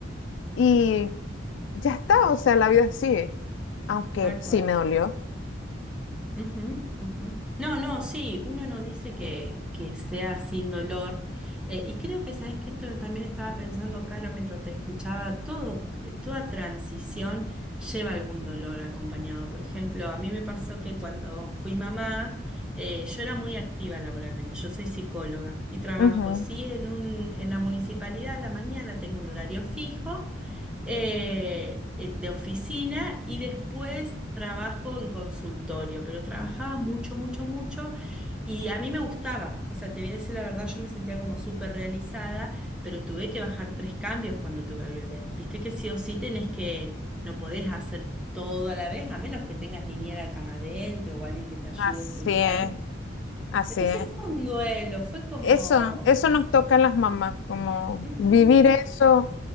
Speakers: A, on the left (about 70°); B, in the centre.
A: y ya está, o sea, la vida sigue aunque
B: Tal
A: sí
B: cual.
A: me dolió.
B: Ujú, ujú. No, no, sí, uno no dice que, que sea sin dolor. Eh, y creo que, sabes que esto también estaba pensando, Caro, mientras te escuchaba, todo, eh, toda transición lleva algún dolor acompañado. Por ejemplo, a mí me pasó que cuando fui mamá, eh, yo era muy activa laboralmente, yo soy psicóloga y trabajo,
A: Ujú,
B: sí, en un, en la municipalidad, a la mañana tengo un horario fijo eh, eh, de oficina y después trabajo en consultorio, pero trabajaba mucho, mucho, mucho y a mí me gustaba, o sea, te voy a decir la verdad, yo me sentía como súper realizada, pero tuve que bajar tres cambios cuando tuve al bebé. Viste que sí o sí tenés que, no podés hacer todo a la vez, a menos que tengas niñera cama adentro o alguien que te ayude
A: Así
B: full
A: es,
B: time.
A: así
B: Entonces
A: es.
B: fue un duelo, fue como...
A: Eso, eso nos toca a las mamás, como
B: ujú,
A: vivir eso,